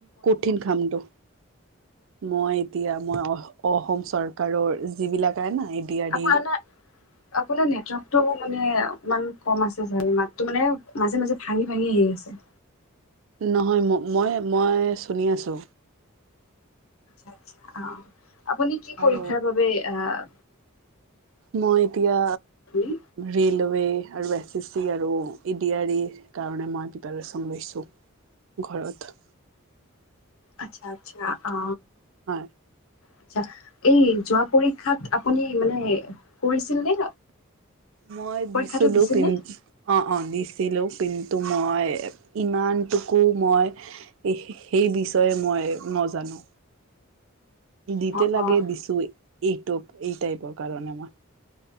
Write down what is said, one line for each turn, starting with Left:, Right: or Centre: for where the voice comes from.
Right: কঠিন কামটো মই এতিয়া মই অ। অসম চৰকাৰৰ যিবিলাক আইন এডি আৰ
Left: আপোনাৰ
Right: ই
Left: আপোনাৰ নেটৱৰ্কটো মানে ইমান কম আছে চাৰ মাততটো মানে মাজে মাজে ভাঙি ভাঙি আহি আছে
Right: নহয় ম মই মই চুনি আছো
Left: আ আ অ আপুনি কি
Right: আৰু
Left: পৰীক্ষাৰ বাবে আহ
Right: মই এতিয়া
Left: আপুনি
Right: ৰিলো ৱে আৰু এছ চি চি আৰু এডি আৰ ই ৰ কাৰনে পিপাৰেচন কৰিছো ঘৰত
Left: আচ্ছা আচ্ছা
Right: এইটো
Left: অ
Right: হয়
Left: আচা এই যোৱা পৰীক্ষাত আপুনি মানে কৰিছিল নে?
Right: মই
Left: পৰীক্ষাটো
Right: দিছিলো
Left: দিছিল
Right: কিন
Left: নে?
Right: অ অ দিছিলো কিন তো মই ইমানটোকো মই সেই বিশয়ে মই নজানো। <inaudible> দিতে
Left: অ',
Right: লাগে
Left: অ',
Right: দিছো এইটোপ এই টাইপৰ কাৰণে মই